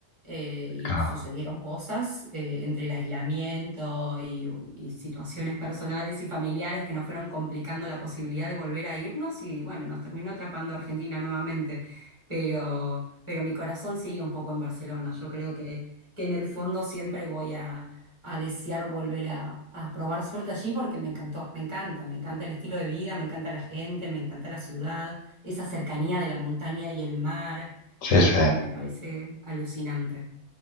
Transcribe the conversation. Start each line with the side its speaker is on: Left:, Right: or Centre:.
Right: Eh, y
Left: claro,
Right: sucedieron cosas eh, entre el aislamiento y, y situaciones personales y familiares que nos fueron complicando la posibilidad de volver a irnos y bueno, nos terminó atrapando Argentina nuevamente. Pero, pero mi corazón sigue un poco en Barcelona. Yo creo que, que en el fondo siempre voy a, a desear volver a, a probar suerte allí porque me encantó, me encanta, me encanta el estilo de vida, me encanta la gente, me encanta la ciudad esa cercanía de la montaña y el mar,
Left: sí,
Right: eh,
Left: sí.
Right: me parece alucinante,